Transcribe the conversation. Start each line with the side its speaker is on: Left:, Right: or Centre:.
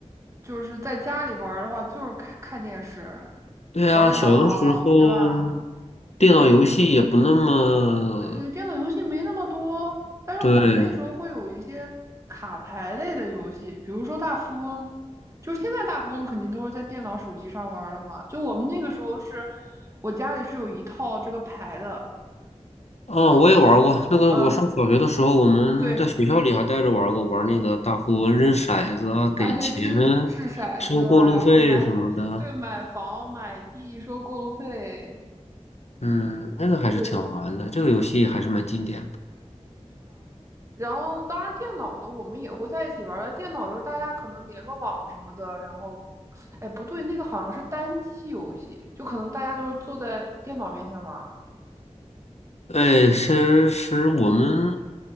Right: 就是在家里玩儿的话，就是看看电视、
Left: 对啊，
Right: 玩儿电脑，
Left: 小的时候
Right: 对吧？
Left: 电脑游戏也不那么
Right: 呃，电脑游戏没那么多，但是我们那时候会有一些卡牌类的游戏，
Left: 对。
Right: 比如说大富翁。就现在大富翁肯定都是在电脑、手机上玩儿了嘛。就我们那个时候是，我家里是有一套这个牌的，
Left: 哦，我也玩过那个。
Right: 嗯、
Left: 我上小学的时候，我们在学校里还带着玩过，
Right: 对，
Left: 玩那个大富翁扔骰子啊，给钱、
Right: 哎对，掷掷骰子，
Left: 收过路费什么的。
Right: 然后买，<laughs> 对，买房买地收过路费。
Left: 嗯，那个还是挺好玩的，
Right: 对，
Left: 这个游戏还是蛮经典的。
Right: 然后当然电脑的我们也会在一起玩儿，但电脑的时候大家可能连个网什么的，然后，哎，不对，那个好像是单机游戏，就可能大家就是坐在电脑面前玩儿。
Left: 哎，其实我们，